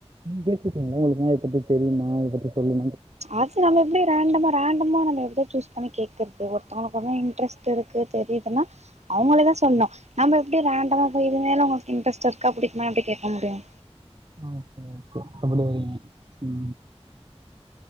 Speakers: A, on the right (about 45°); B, on the right (about 80°).
A: நீ <unintelligible> உங்களுக்குன இத பத்தி தெரியுமா இதை பத்தி சொல்லு
B: ஆச நம எப்படி ரேண்டம ரேண்டமா நம்ம எதோ சூஸ் பண்ணி கேட்குறது ஒருத்தங்களுக்கு இன்ட்ரஸ்ட்ட் இருக்கு தெரிதுன்னா அவங்களேதான் சொல்னும் நம்ம எப்படி ரேண்டமா போய் இதுமல உங்களுக்கு இட்ரெஸ்ட் இருக்கா பிடிக்குமா எப்டி கேக்க முடியும்
A: அ <unintelligible> உம்